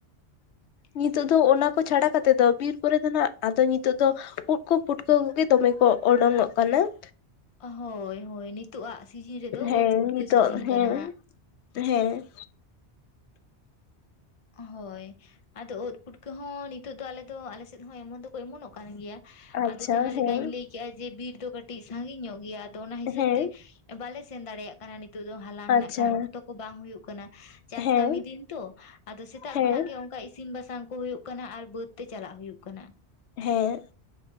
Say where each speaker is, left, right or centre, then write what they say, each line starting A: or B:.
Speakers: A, on the left; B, on the left.
A: <unintelligible>
B: ᱱᱤᱛᱚᱜ ᱫᱚ ᱚᱱᱟ ᱠᱚ ᱪᱷᱟᱲᱟ ᱠᱟᱛᱮᱜ ᱫᱚ, ᱵᱤᱨ ᱠᱚᱨᱮ ᱫᱚ ᱱᱟᱜ ᱟᱫᱚ ᱱᱤᱛᱚᱜ ᱫᱚ ᱱᱟᱦᱟᱜ ᱩᱫ ᱠᱚ ᱯᱩᱴ ᱠᱟᱹ ᱠᱚᱜᱮ ᱫᱚᱢᱮ ᱠᱚ ᱚᱰᱚᱝᱚᱜ ᱠᱟᱱᱟ ᱾
A: ᱦᱳᱭ, ᱦᱳᱭ ᱱᱤᱛᱳᱜ ᱟᱜ ᱥᱤᱡᱤᱱ ᱨᱮᱫᱚ
B: ᱦᱮᱸ
A: ᱩᱫ ᱯᱩᱴᱠᱟᱹ
B: ᱱᱤᱛᱚᱜ
A: ᱥᱤᱡᱤᱱ
B: ᱦᱮᱸ
A: ᱠᱟᱱᱟ ᱦᱟᱸᱜ ᱾
B: ᱦᱮᱸ,
A: ᱦᱳᱭ, ᱟᱫᱚ ᱩᱫ ᱯᱩᱴᱠᱟᱹ ᱦᱚᱸ ᱱᱤᱛᱚᱜ ᱫᱚ ᱟᱞᱮ ᱫᱚ, ᱟᱞᱮᱥᱮᱫ ᱦᱚᱸ ᱚᱢᱚᱱ ᱫᱚᱠᱚ ᱚᱢᱚᱱᱚᱜ ᱠᱟᱱ ᱜᱮᱭᱟ ᱾
B: ᱟᱪᱪᱷᱟ
A: ᱟᱫᱚ ᱡᱟᱦᱟᱸ ᱞᱮᱠᱟᱧ
B: ᱦᱮᱸ
A: ᱞᱟᱹᱭ ᱡᱮ ᱵᱤᱨ ᱫᱚ ᱠᱟᱹᱴᱤᱡ ᱥᱟᱺᱜᱤᱧ ᱧᱚᱜ ᱜᱮᱭᱟ, ᱟᱫᱚ ᱚᱱᱟ ᱦᱤᱥᱟᱹᱵ
B: ᱦᱮᱸ
A: ᱛᱮ ᱵᱟᱞᱮ ᱥᱮᱱ ᱫᱟᱲᱮᱭᱟᱜ ᱠᱟᱱᱟ ᱱᱤᱛᱚᱜ ᱫᱚ ᱦᱟᱞᱟᱝ ᱦᱮᱱᱟᱜ
B: ᱟᱪᱪᱷᱟ
A: ᱠᱷᱟᱱ, ᱚᱠᱛᱚ ᱠᱚ ᱵᱟᱝ ᱦᱩᱭᱩᱜ ᱠᱟᱱᱟ ᱪᱟᱥ
B: ᱦᱮᱸ
A: ᱠᱟᱹᱢᱤ ᱫᱤᱱ ᱛᱚ ᱾ ᱟᱫᱚ ᱥᱮᱛᱟᱜ
B: ᱦᱮᱸ
A: ᱠᱷᱚᱱᱟᱜ ᱜᱮ ᱚᱱᱠᱟ ᱤᱥᱤᱱ ᱵᱟᱥᱟᱝ ᱠᱚ ᱦᱩᱭᱩᱜ ᱠᱟᱱᱟ, ᱟᱨ ᱵᱟᱹᱫᱽ ᱛᱮ ᱪᱟᱞᱟᱜ ᱦᱩᱭᱩᱜ ᱠᱟᱱᱟ ᱾
B: ᱦᱮᱸ,